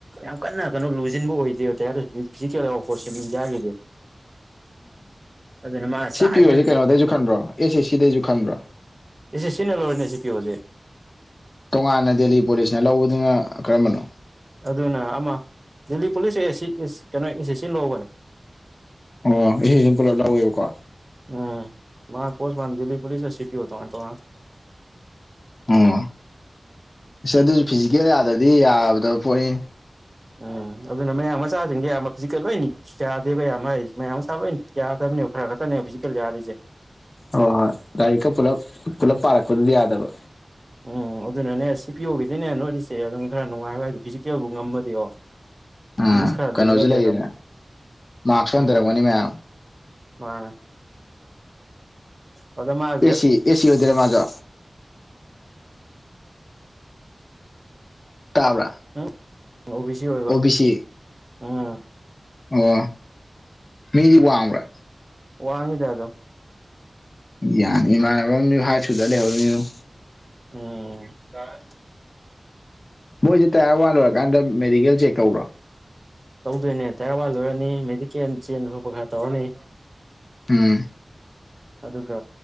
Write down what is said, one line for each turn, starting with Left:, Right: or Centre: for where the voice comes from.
Right: ꯌꯥꯝ ꯀꯟꯅ ꯀꯩꯅꯣ ꯂꯨꯖꯤꯟꯕ ꯑꯣꯏꯗꯦꯕ ꯇꯌꯥꯔ ꯇꯨ ꯐꯤꯖꯤꯀꯦꯜ ꯌꯥꯎꯕ ꯄꯣꯠꯁꯤꯅꯤ ꯏꯟꯗꯤꯌꯥꯒꯤꯗꯤ <unintelligible> ꯑꯗꯨꯅ ꯃꯥ ꯆꯥꯏꯌꯦ
Left: ꯄꯤꯔꯨꯔꯁꯦ ꯀꯩꯅꯣꯗꯩꯖꯨ ꯈꯟꯕ꯭ꯔꯣ ꯑꯦꯁ ꯑꯦꯁ ꯁꯤꯗꯩꯁꯨ ꯈꯟꯕ꯭ꯔꯣ
Right: ꯑꯦꯁ ꯁꯤ ꯁꯤ ꯅ ꯂꯧꯔꯤꯅꯦ <unintelligible>
Left: ꯇꯣꯉꯥꯟꯅ ꯗꯦꯜꯂꯤ ꯄꯨꯂꯤꯁꯅ ꯂꯧꯕꯗꯨꯅ ꯀꯔꯝꯕꯅꯣ
Right: ꯑꯗꯨꯅ ꯑꯃ ꯗꯦꯜꯂꯤ ꯄꯨꯂꯤꯁ ꯑꯦ ꯁꯤ ꯀꯩꯅꯣ ꯑꯦꯁ ꯑꯦꯁ ꯁꯤ ꯂꯧꯕꯅꯦ
Left: ꯑꯣ ꯑꯦꯁ ꯁꯤ ꯁꯤ ꯄꯨꯂꯞ ꯂꯧꯋꯦꯕꯀꯣ
Right: ꯎꯝ ꯃꯥ ꯄꯣꯁ ꯃꯥ ꯗꯤꯜꯂꯤ ꯄꯨꯂꯤꯁ ꯁꯤ ꯄꯤ ꯑꯣ ꯇꯣꯉꯥꯟ ꯇꯣꯉꯥꯟ ꯂꯦ
Left: ꯑꯝ ꯏꯁꯁ ꯑꯗꯨꯁꯨ ꯐꯤꯖꯤꯀꯦꯜ ꯌꯥꯗ꯭ꯔꯗꯤ ꯌꯥꯗꯕ ꯄꯣꯠꯅꯤꯅꯦ
Right: ꯎꯝ ꯑꯗꯨꯅ ꯃꯌꯥꯡ ꯃꯆꯥꯖꯤꯡꯖꯦ <unintelligible> ꯌꯥꯥꯗꯦꯕꯩ ꯌꯥꯝ ꯍꯥꯏ ꯃꯌꯥꯝ ꯁꯇꯥꯞ ꯂꯣꯏ ꯌꯥꯗꯕꯅꯦ ꯈꯔ ꯈꯛꯇꯅꯦ ꯐꯤꯖꯤꯛꯀꯦꯜ ꯌꯥ
Left: ꯍꯣꯏ ꯍꯣꯏ ꯂꯥꯏꯔꯤꯛꯀ ꯄꯨꯂꯞ ꯄꯨꯂꯞ ꯄꯥꯔꯛꯄꯗꯨꯗ ꯌꯥꯗꯕ
Right: ꯎꯝ ꯑꯗꯨꯅꯅꯦ ꯁꯤ ꯄꯤ ꯑꯣꯒꯤꯗꯤꯅꯦ ꯅꯣꯠꯔꯤꯁꯦ ꯑꯗꯨꯝ ꯈꯔ ꯅꯨꯡꯉꯥꯏꯕ ꯍꯥꯏꯗꯤ ꯐꯤꯖꯤꯀꯦꯜꯕꯨ ꯉꯝꯃꯗꯤ ꯑꯣꯣ
Left: ꯎꯝ
Right: ꯏꯪꯂꯤꯁ ꯈꯔ
Left: ꯀꯩꯅꯣꯁꯨ
Right: ꯂꯤꯡꯉꯗꯤ
Left: ꯂꯩꯔꯤꯅꯦ
Right: ꯑꯗꯨꯝ <inaudible>
Left: ꯃꯥꯔꯛꯁꯨ
Right: <unintelligible>
Left: ꯍꯟꯊꯔꯝꯒꯅꯤ ꯃꯌꯥꯝ
Right: ꯃꯥꯅꯦ ꯑꯗ ꯃꯥ
Left: ꯑꯦꯁ ꯁꯤ ꯑꯦꯁ ꯁꯤ ꯑꯣꯏꯗꯣꯏꯔ ꯃꯥꯖꯨ ꯇꯥꯕ꯭ꯔꯥ
Right: ꯎꯝ ꯑꯣ ꯕꯤ ꯁꯤ ꯑꯣꯏꯕ
Left: ꯑꯣ ꯕꯤ ꯁꯤ
Right: ꯎꯝ
Left: ꯑꯣ <inaudible> ꯃꯤꯗꯤ ꯋꯥꯡꯕ꯭ꯔꯥ
Right: ꯋꯥꯡꯉꯤꯗ ꯑꯗꯨꯝ
Left: ꯌꯥꯅꯤ ꯏꯃꯥꯥꯟꯅꯕ ꯑꯃꯖꯨ ꯍꯥꯏꯠ ꯁꯨꯗꯅ ꯂꯩꯍꯧꯔꯤꯃꯤꯅꯤ
Right: <unintelligible>
Left: ꯃꯣꯏꯖꯦ ꯇꯌꯥꯔ ꯋꯥꯟ ꯂꯣꯏꯔꯀꯥꯟꯗ ꯃꯦꯗꯤꯀꯦꯜ ꯆꯦꯛ ꯇꯧꯕ꯭ꯔꯣ
Right: ꯇꯧꯗꯣꯏꯅꯦ ꯇꯌꯥꯔ ꯋꯥꯟ ꯂꯣꯏꯔꯅꯤ ꯃꯦꯗꯤꯀꯦꯜ ꯆꯦꯟ ꯈꯣꯠꯄ ꯈꯔ ꯇꯧꯔꯅꯤ
Left: ꯎꯝ
Right: ꯑꯗꯨꯒ